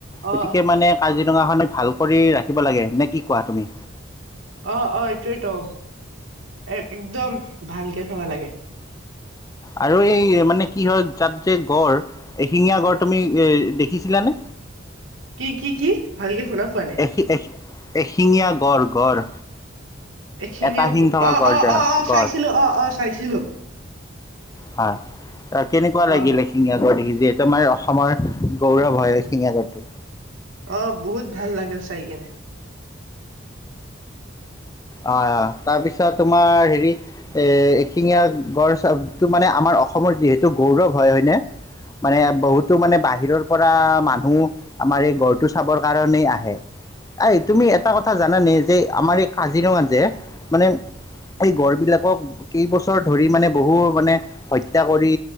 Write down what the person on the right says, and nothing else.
অ
অ' অ' এইটয়েইেতো একদম ভালকে থব লাগে।
কি -কি -কি ভালকে শুনা পোৱা নাই।
এশিঙীয়া
গ
অ-
অ
অ
চাইছিলো অ' অ' চাইছিলো
অ
অ', বহুত ভাল লাগে চাই কেনে।